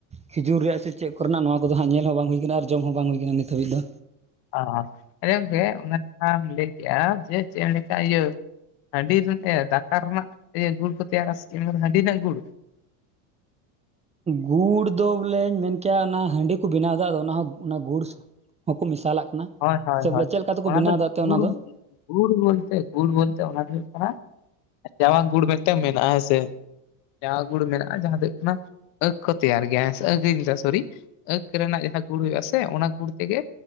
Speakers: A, on the right (about 15°); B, on the left (about 60°).
A: ᱠᱷᱤᱡᱩᱨ ᱨᱮᱭᱟᱜ ᱥᱮ ᱪᱮᱫ ᱠᱚᱨᱮᱱᱟᱜ ᱱᱚᱣᱟ ᱠᱚᱫᱚ ᱦᱟᱸᱜ ᱧᱮᱞ ᱦᱚᱸ ᱵᱟᱝ ᱦᱩᱭ ᱠᱟᱱᱟ ᱟᱨ ᱡᱚᱢ ᱦᱚᱸ ᱵᱟᱝ ᱦᱩᱭ ᱠᱟᱱᱟ ᱱᱤᱛ ᱦᱟᱹᱵᱤᱡ ᱫᱚ᱾
B: ᱚ ᱚᱝᱠᱮ ᱚᱱᱟ ᱡᱟᱦᱟᱸᱢ ᱞᱟᱹᱭ ᱠᱮᱜᱼᱟ ᱡᱮ ᱪᱮᱜ ᱮᱢ ᱞᱟᱹᱭ ᱠᱮᱜᱼᱟ ᱤᱭᱟᱹ ᱦᱟᱺᱰᱤ ᱨᱮᱱᱟᱜ ᱫᱟᱠᱟᱨ ᱨᱮᱱᱟᱜ ᱜᱩᱲ ᱠᱚ ᱛᱮᱭᱟᱨ ᱥᱮ ᱦᱟᱺᱰᱤ ᱨᱮᱱᱟᱜ ᱜᱩᱲ᱾
A: ᱜᱩᱲ ᱫᱚ ᱵᱚᱞᱮᱧ ᱢᱮᱱᱠᱮᱭᱟ ᱚᱱᱟ ᱦᱟᱺᱰᱤ ᱠᱚ ᱵᱮᱱᱟᱣ ᱮᱫᱟ ᱟᱫᱚ ᱚᱱᱟ ᱦᱚᱸ ᱚᱱᱟ ᱜᱩᱲ ᱦᱚᱸᱠᱚ ᱢᱮᱥᱟᱞᱟᱜ ᱠᱟᱱᱟ,
B: ᱦᱚᱭ ᱦᱚᱭ
A: ᱥᱮ
B: ᱦᱚᱭ
A: ᱵᱚᱞᱮ ᱪᱮᱫ ᱞᱮᱠᱟ ᱛᱮᱠᱚ
B: ᱚᱱᱟ
A: ᱵᱮᱱᱟᱣᱫᱟ
B: ᱫᱚ
A: ᱮᱱᱛᱮᱫ
B: ᱜᱩᱲ,
A: ᱚᱱᱟ ᱫᱚ
B: ᱜᱩᱲ ᱵᱚᱞᱛᱮ ᱜᱩᱲ ᱵᱚᱞᱛᱮ ᱚᱱᱟ ᱫᱚ ᱦᱩᱭᱩᱜ ᱠᱟᱱᱟ ᱡᱟᱣᱟ ᱜᱩᱲ ᱢᱤᱫ ᱴᱟᱝ ᱢᱮᱱᱟᱜᱼᱟ ᱦᱮᱸᱥᱮ ᱡᱟᱦᱟᱸ ᱜᱩᱲ ᱢᱮᱱᱟᱜᱼᱟ ᱡᱟᱦᱟᱸ ᱫᱚ ᱦᱩᱭᱩᱜ ᱠᱟᱱᱟ ᱟᱸᱠᱷ ᱠᱚ ᱛᱮᱭᱟᱨ ᱜᱮᱭᱟᱥ ᱦᱮ ᱥᱮ ᱟᱸᱠᱷ ᱥᱚᱨᱤ ᱟᱸᱠ ᱨᱮᱱᱟᱜ ᱡᱟᱦᱟᱸ ᱜᱩᱲ ᱦᱩᱭᱩᱜ ᱟ ᱥᱮ ᱚᱱᱟ ᱜᱩᱲ ᱛᱮᱜᱮ,